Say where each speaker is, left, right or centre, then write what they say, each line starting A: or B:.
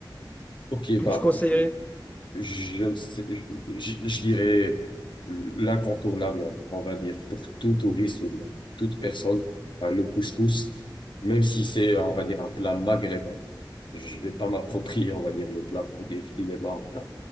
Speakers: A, on the left; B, on the left.
A: Ok,
B: que
A: bah,
B: tu conseillerais?
A: je, Je, ne sais- je, je- dirais l'incontournable, on va dire, pour tout touriste, pour toute personne, hein, le couscous, même si c'est, on va dire, un plat maghrébin. Je vais pas m'approprier, on va dire, le plat pour dire qu'il est marocain,